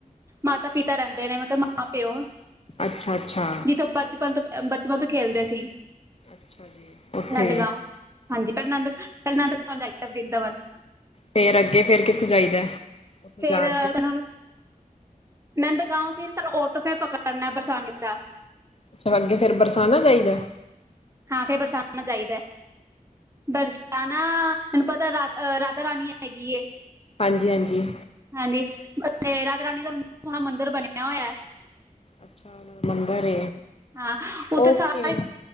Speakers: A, on the right; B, on the left.
A: ਮਾਤਾ ਪਿਤਾ ਰਹਿੰਦੇ ਨੇ ਮਤਲਬ ਮਾਂ ਪਿਓ
B: ਅੱਛਾ ਅੱਛਾ
A: ਜਿਥੋਂ ਬਚਪਨ ਤੋਂ ਬਚਪਨ ਤੋਂ ਖੇਲਦੇ ਸੀ।
B: ਅੱਛਾ ਜੀ ਉੱਥੇ
A: ਨੰਦਗਾਂਵ
B: ਵੀ,
A: ਹਾਂਜੀ, ਪ੍ਰਨੰਦ-ਪ੍ਰਨੰਦ ਕ ਜਾਈਦਾ ਵ੍ਰਿੰਦਾਵਨ
B: ਫੇਰ ਅੱਗੇ ਫੇਰ ਕਿੱਥੇ ਜਾਈਦਾ। ਉੱਥੋਂ
A: ਫੇਰ
B: ਜਾ ਕੇ
A: ਤਨੂੰ ਨੰਦ ਗਾਉ ਚ ਹੀ ਨਾ ਤਾਨੂੰ ਔਟੋ ਫਿਰ ਪਕੜਨਾ ਬਰਸਾਨੀ ਦਾ।
B: ਅੱਛਾ, ਅੱਗੇ ਫੇਰ ਬਰਸਾਨਾ ਚਾਹੀਦਾ।
A: ਹਾਂ, ਫੇਰ ਬਰਸਾਨਾ ਜਾਈਦਾ ਏ। ਬਰਸਾਣਾ ਤੈਨੂੰ ਪਤਾ ਰਾ ਰਾਧਾ ਰਾਣੀ ਹੈਗੀ ਐ।
B: ਹਾਂਜੀ, ਹਾਂਜੀ,
A: ਹਾਂਜੀ, ਰਾਧਾ ਰਾਣੀ ਦਾ ਸੋਹਣਾ ਮੰਦਿਰ ਬਣਿਆ ਹੋਇਆ।
B: ਅੱਛਾ, ੳਹਨਾ ਦਾ ਮੰਦਿਰ ਏ।
A: ਹਾਂ, ਉੱਥੇ
B: ਉਹ
A: ਸਾਰੀ
B: ਕਿਵੇਂ